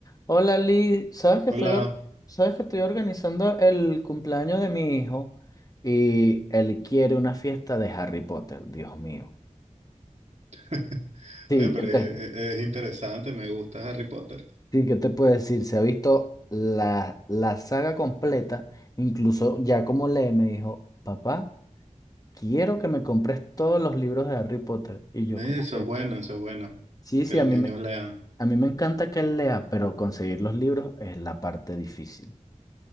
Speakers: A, on the left (about 30°); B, on the right (about 60°).
A: Hola Lee, sabes que
B: Hola.
A: estoy, or- sabes que estoy organizando el cumpleaños de mi hijo y él quiere una fiesta de Harry Potter, Dios mío.
B: <laughs>
A: Sí,
B: Oye, pero
A: ¿qué te,
B: es, es interesante, me gusta Harry Potter.
A: sí, ¿qué te puedo decir? Se ha visto la, la saga completa, incluso ya como lee, me dijo, papá, quiero que me compres todos los libros de Harry Potter. Y yo
B: Eso
A: como que,
B: es bueno, eso es bueno.
A: sí,
B: Que
A: sí,
B: los
A: a mí
B: niños
A: me,
B: lean.
A: a mí me encanta que él lea, pero conseguir los libros es la parte difícil.